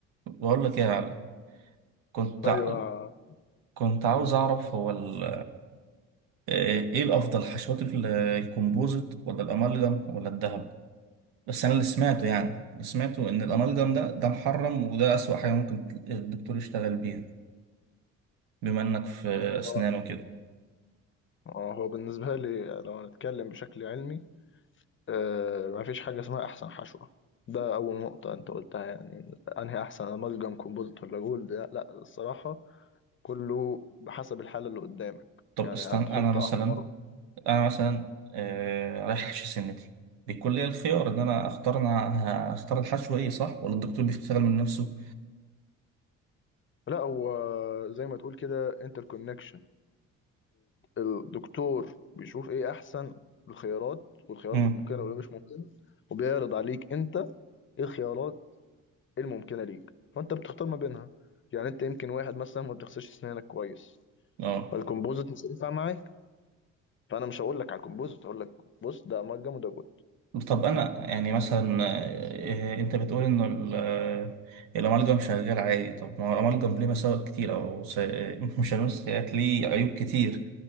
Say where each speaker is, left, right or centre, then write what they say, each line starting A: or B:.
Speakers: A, on the right; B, on the left.
A: بقول لك ايه يا علي كنت
B: ايوه
A: ع- كنت عاوز اعرف هو ال... ايه الافضل حشوات ال- الكومبوزيت ولا الامالجم ولا الذهب بس انا اللي سمعته يعني اللي سمعته ان الامالجم ده ده محرم وده اسوأ حاجه ممكن الدكتور يشتغل بيها بما انك في
B: هو
A: اسنان وكده
B: آه، هو بالنسبه لي لو هنتكلم بشكل علمي آه مفيش حاجه اسمها احسن حشوه ده اول نقطه انت قلتها يعني انهي احسن امالجم كومبوزيت ولا جولد لا لا، الصراحه كله بحسب الحاله اللي قدامك
A: طب
B: يعني
A: استنى
B: هتحط
A: انا مثلا
B: احمر
A: انا مثلا آه، رايح احشي سنتي بيكون لي الخيار ان انا اختار انا هختار الحشو ايه صح ولا الدكتور بيشتغل من نفسه
B: لا هو زي ما تقول كده انتر كونكشن الدكتور بيشوف ايه احسن الخيارات والخيارات
A: امم
B: الممكنه واللي مش ممكنه وبيعرض عليك انت ايه الخيارات إيه الممكنه ليك فانت بتختار ما بينها يعني انت يمكن واحد مثلا ما بتغسلش اسنانك كويس
A: اه
B: فالكمبوزيت مش هينفع معاك فانا مش هقول لك على الكمبوزيت هقول لك بص ده امالجم وده جود
A: طب انا يعني مثلا آه، انت بتقول انه ال- آه، الامالجم شغال عادي طب ما هو الامالجم ليه مساوئ كتير او س- <laughs> آه، مش هنقول سيئات ليه عيوب كتير